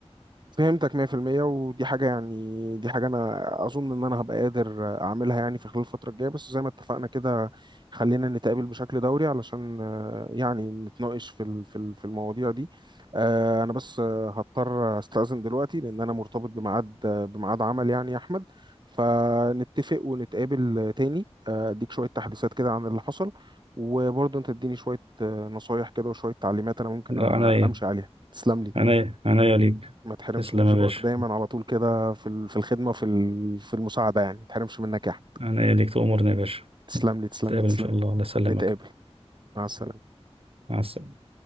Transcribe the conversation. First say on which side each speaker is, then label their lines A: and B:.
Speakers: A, on the right; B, on the right.
A: فهمتك 100% ودي حاجة يعني دي حاجة أنا أظن إن أنا هبقى قادر أعملها يعني في خلال الفترة الجاية بس زي ما اتفقنا كده خلينا نتقابل بشكل دوري علشان آه، يعني نتناقش في ال- في ال- في المواضيع دي آه، أنا بس آه، هضطر أستأذن دلوقتي لأن أنا مرتبط بميعاد آه، بميعاد عمل يعني يا أحمد فنتفق ونتقابل تاني آه، أديك شوية تحديثات كده عن اللي حصل وبرضه أنت تديني شوية آه، نصايح كده وشوية تعليمات أنا ممكن
B: لا
A: آه،
B: عناية
A: أمشي عليها تسلم لي
B: عناية عناية ليك
A: ما تحرمش
B: تسلم
A: من ذوقك
B: يا باشا
A: دايما على طول كده في ال- في الخدمة في ال- في المساعدة يعني ما تحرمش منك يا أحمد
B: عناية ليك تؤمرني يا باشا
A: تسلم لي تسلم
B: نتقابل
A: لي تسلم
B: ان شاء الله
A: لي
B: الله يسلمك
A: نتقابل مع السلامة
B: مع السلامة